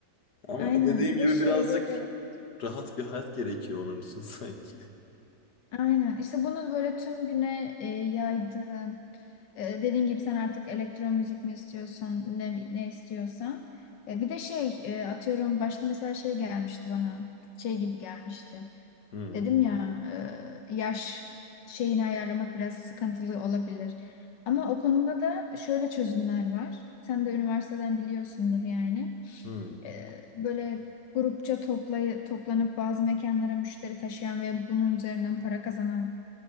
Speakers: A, on the left; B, on the left.
A: Ama
B: Aynen.
A: dediğim
B: Bir
A: gibi
B: de şey
A: birazcık
B: böyle
A: rahat bir hayat gerekiyor onun için <laughs> sanki.
B: aynen. İşte bunu böyle tüm güne e, yaydığın e, dediğin gibi sen artık elektron müzik mi istiyorsun ne ne istiyorsan. E, bir de şey e, atıyorum başta mesela şey gelmişti bana. Şey gibi gelmişti.
A: Hmm,
B: Dedim ya e, yaş şeyini ayarlamak biraz sıkıntılı olabilir. Ama o konuda da şöyle çözümler var. Sen de üniversiteden biliyorsundur yani.
A: hmm.
B: e, böyle grupça toplay toplanıp bazı mekanlara müşteri taşıyan ve bunun üzerinden para kazanan